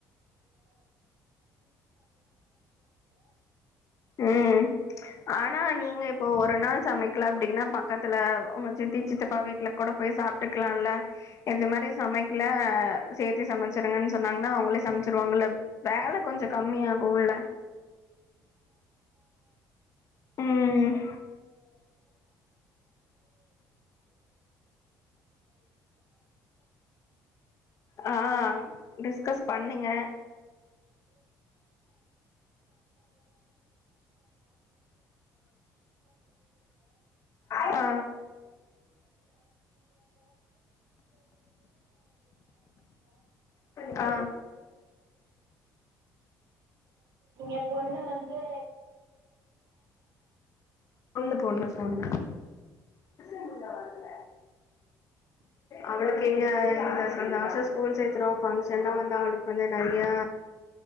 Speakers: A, on the left (about 45°); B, on the right (about 70°).
A: ம் ஆனா நீங்க இப்போ ஒரு நாள் சமைக்குல அப்டின்னா பக்கத்துல உங்க சித்தி சித்தப்பா வீட்ல கூட போய் சாப்ட்டுக்குலால்ல இது மாரி சமைக்குல சேத்தே சமச்சிருங்கன் சொன்னாங்கன்னா அவங்களே சமச்சிருவாங்கல்ல வேல கொஞ்சம் கம்மியாகுல்ல ம் ஆ ஆ டிஸ்கஸ் பண்ணுங்க ஆ ஆ
B: என் பொண்ணு வந்து
A: பொண்ணு பொண்ணு ஃபோன் இங்க வர்ல அவளுக்கு இங்க இந்த ச இந்த வருஷம் ஸ்கூல் சேத்தருவோம் ஃபங்க்ஷன்ல்லா வந்தா அவளுக்கு வந்து நறையா